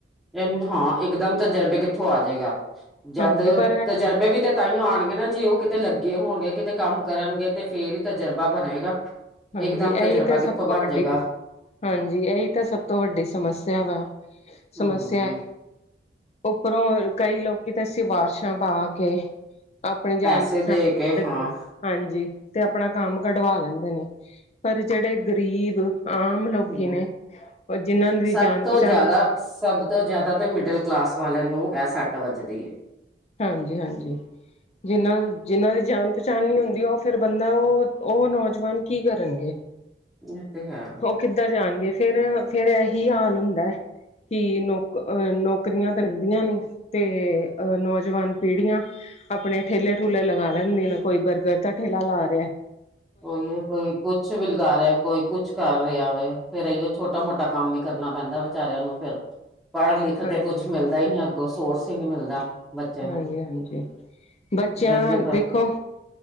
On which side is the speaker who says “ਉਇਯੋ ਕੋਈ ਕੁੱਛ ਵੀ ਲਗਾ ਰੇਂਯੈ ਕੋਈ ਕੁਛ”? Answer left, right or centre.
Centre